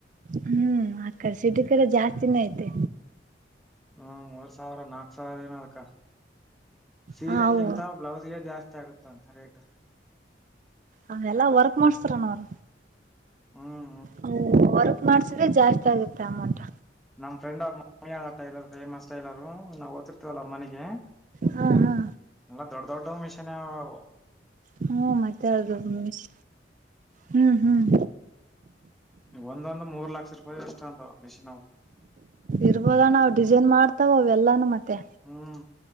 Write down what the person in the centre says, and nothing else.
ಹ್ಮ ಮೂರ್ ಸಾವಿರ ನಾಕ್ ಸಾವಿರ ಏನ ಅದಕ್ಕ ಸೀರೆಕ್ಕಿಂತ
ಅವರದೇ ಜಾಸ್ತಿ ಆಗುತ್ತ ಅಂತ ರೇಟ್.
ಹ್ಮ
ನಮ್ಮ ಫ್ರೆಂಡ್ ಅವ್ರ ಮಮ್ಮಿ ಟೈಲರ್ ಫೇಮಸ್ ಟೈಲರು ನಾ ತವಲ್ಲ ಅವರ ಮನೆಗೆ
ಅವು ದೊಡ್ದ ದೊಡ್ಡ ಮಿಷನ್ ಆವೆವು
ಒಂದೊಂದು ಮೂರ್ ಲಕ್ಷ ರೂಪಾಯಿ ಎಷ್ಟ ಅಂತ ಮೆಷಿನ್ವು.
ಹ್ಮ್